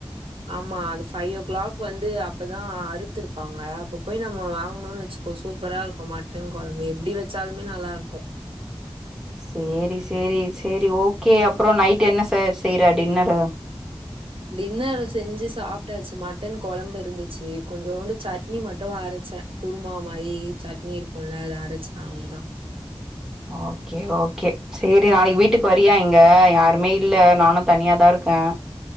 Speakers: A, on the right; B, in the centre.
A: ஆமா அது ஃபைவ் ஓ கிளாக் வந்து அப்பதா அறுத்துருப்பாங்க அப்ப போய் நம்ம வாங்கணும்னு வச்சுக் இப்ப சூப்பரா இருக்கு மட்டன் கொழம்பு எப்டி வச்சாலுமே நல்லா இருக்கு
B: சேரி சேரி சேரி ஓகே அப்புற நைட் என்ன ச செய்யற டின்னரு
A: டின்னரு செஞ்சு சாப்டாச்சு மட்டன் கொழம்பு இருந்துச்சு கொஞ்சோண்டு சட்னி மட்டு அரச்செ குருமா மாரி சட்னி இருக்குல்ல அத அரச்செ அவ்ளோதா
B: ஓகே ஓகே சேரி நாளைக்கு வீட்டுக்கு வரியா இங்க யாருமே இல்ல நானு தனியாதா இருக்கே